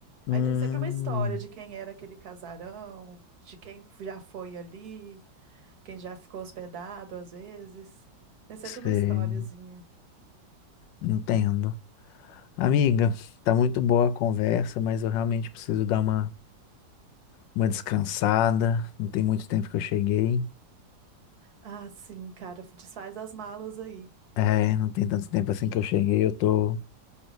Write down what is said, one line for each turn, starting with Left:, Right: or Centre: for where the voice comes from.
Left: Hum,
Right: Aí tem sempre uma história de quem era aquele casarão, de quem já foi ali, quem já ficou hospedado às vezes. Tem sempre
Left: sei,
Right: uma historiazinha.
Left: entendo. Amiga, tá muito boa a conversa, mas eu realmente preciso dar uma, uma descansada. Não tem muito tempo que eu cheguei.
Right: Ah, sim, cara, desfaz as malas aí.
Left: É, não tem tanto tempo assim que eu cheguei. Eu tô.